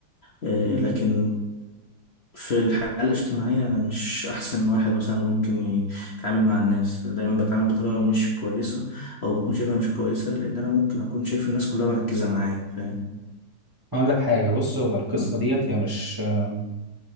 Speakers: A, on the left (about 40°); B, on the right (about 15°).
A: أه،
B: مم.
A: لكن في الحياة الاجتماعية أنا مش أحسن واحد مثلا ممكن يتعامل مع الناس دايما بتعامل بطريقة مش كويسة أو بكون شايفها مش كويسة لأن أنا ممكن أكون شايف الناس كلها مركزة معايا فاهم؟
B: هقول لك حاجه بص هو القصه
A: أه.
B: ديت هي مش أم،